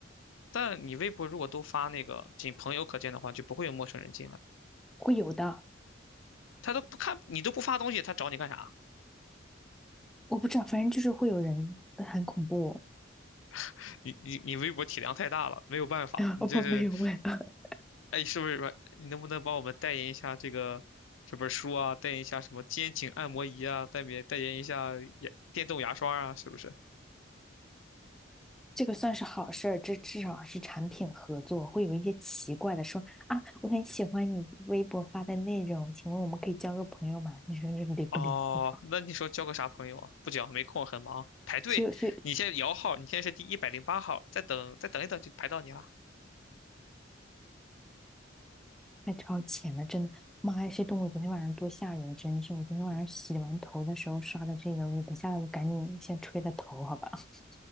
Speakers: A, on the left (about 80°); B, in the centre.
A: 但你微博如果都发那个仅朋友可见的话，就不会有陌生人进来，
B: 会有的。
A: 他都不看你都不发东西，他找你干啥？
B: 我不知道，反正就是会有人呃很恐怖。
A: <laughs> 你你你微博体量太大了，没有办法，
B: <laughs>
A: 你这是。
B: 我们没有问，<laughs>
A: 哎，是不是吧？你能不能帮我们代言一下这个这本书啊？代言一下什么肩颈按摩仪啊？代言代言一下牙电动牙刷啊？是不是？
B: 这个算是好事儿，这至少是产品合作，会有一些奇怪的说啊，我很喜欢你微博发的内容，请问我们可以交个朋友吗？你说这离 <laughs> 不离谱？
A: 哦，那你说交个啥朋友啊？不交，没空，很忙，排队。
B: 所以，所以
A: 你现在摇号，你现在是第一百零八号，再等再等一等就排到你了。
B: 太超前了，真的！妈呀，这动物昨天晚上多吓人，真是！我昨天晚上洗完头的时候刷的这个微博，我下来我赶紧先吹了头，好吧？<laughs>